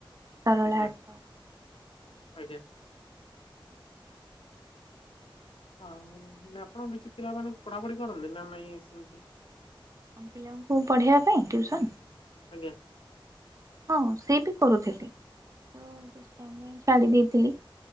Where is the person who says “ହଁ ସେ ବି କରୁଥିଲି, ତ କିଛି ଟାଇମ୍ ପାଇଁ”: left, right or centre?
Right